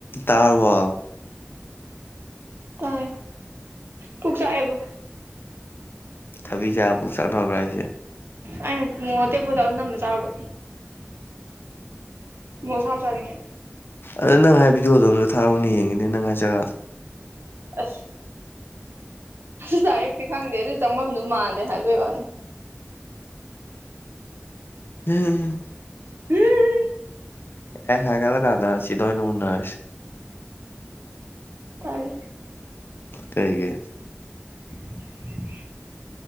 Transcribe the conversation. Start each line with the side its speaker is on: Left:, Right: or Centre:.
Left: ꯇꯥꯔꯕꯣ
Right: ꯇꯥꯢ ꯄꯨꯛ ꯆꯥꯛꯑꯦꯕꯨ
Left: ꯊꯕꯤ ꯆꯥꯕ ꯄꯨꯛ ꯆꯥꯛꯅꯕ꯭ꯔꯥ ꯍꯥꯏꯖꯦ
Right: ꯑꯩꯅ ꯃꯣꯔꯣꯛ ꯇꯦꯛꯄ ꯇꯧꯔ ꯅꯝꯅ ꯆꯥꯕ ꯃꯣꯔꯣꯛ ꯑꯁꯥꯕ ꯆꯥꯅꯤꯡꯉꯦ
Left: ꯑꯗꯨ ꯅꯪ ꯍꯥꯏ ꯚꯤꯗꯤꯑꯣꯗꯣ ꯑꯝꯇꯥ ꯊꯥꯔꯛꯎꯅꯦ ꯌꯦꯡꯒꯦꯅꯦ ꯅꯪ ꯍꯥꯏ ꯖꯒꯥꯗꯣ
Right: ꯑꯁ ꯑꯁ ꯗꯥꯏꯔꯦꯛꯇꯤ ꯈꯪꯗꯦ ꯑꯗꯨ ꯆꯪꯕꯝꯗꯨ ꯃꯥꯜꯂꯦ ꯍꯥꯏꯕꯩꯋꯥꯅꯤ
Left: <unintelligible>
Right: <unintelligible>
Left: ꯑꯦ ꯍꯥꯏꯅꯔ ꯇꯥꯟꯅ ꯁꯤꯗꯑꯣꯏꯅ ꯎꯟꯅꯔꯁꯤ
Right: ꯇꯜꯂꯤ
Left: ꯀꯩꯒꯤ
Right: <inaudible>